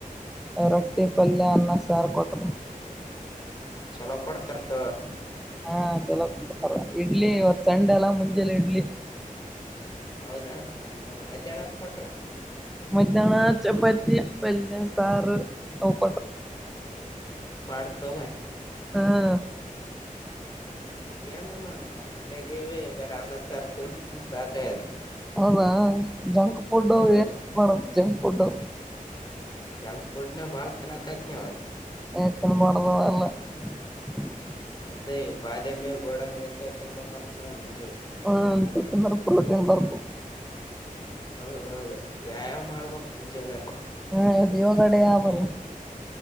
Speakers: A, in the centre; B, on the left (about 30°).
A: ರೊಟ್ಟಿ ಪಲ್ಯ ಅನ್ನ ಸಾರು ಕೊಟ್ಟರು.
B: ಚಲೋ ಕೊಡ್ತರ್ತ <unintelligible>
A: ಹಾ ಚಲೋ ಕೊಡ್ತಾರ ಇಡ್ಲಿ ಇವತ್ ಸಂಡೆ ಅಲ್ಲ ಮುಂಜೆಲಿ ಇಡ್ಲಿ.
B: ಹೌದಾ ಮ ಮಧ್ಯಾಹ್ನಂಗ ಕೊಟ್ರ.
A: ಮಧ್ಯಾಹ್ನ ಚಪ್ಪಾತಿ ಪಲ್ಯ ಸಾರು ಅವ್ ಕೊಟ್ಟರ
B: ಪಡ್ತೋಗ <unintelligible>
A: ಹಾ
B: ನಮ್ಗ ಏನಲ್ವಾ ನಾವು ಮನೆಗವಿ ಬರಿ ಅನ್ನಸರ್ ತಿಂದ್ ತಿಂದ್ ಸಾಕಾಯದ.
A: ಹೌದ ಜಂಕ್ ಫುಡ್
B: ಹ್ಮ್
A: ಏನ್ ಮಾಡ <unintelligible> ಜಂಕ್ ಫುಡ್ಡು.
B: ಜಂಕ್ ಫುಡ್ ನ ಬಾಳತನಕಯತ್ನ <unintelligible> ಇವಾಗ.
A: <unintelligible>
B: ಹೌದೇ ಬಾದಾಮಿ ಗೋಡಂಬಿ ಎಂತ ತಿನ್ಬೇಕಂತ ಮಾಡಿ ಮುಂಜೆ.
A: <unintelligible> ಪ್ರೋಟನ್ ಬರ್ಕು.
B: ಹೌದೌದು ವ್ಯಾಯಾಮ ಮಾಡ ಬೇಕ್ ಮುಂಜೇದ್ದು. <unintelligible>
A: ಹಾ ಇವತ್ತು ಯೋಗ ಡೇ ಅವಲ್ಲ <unintelligible>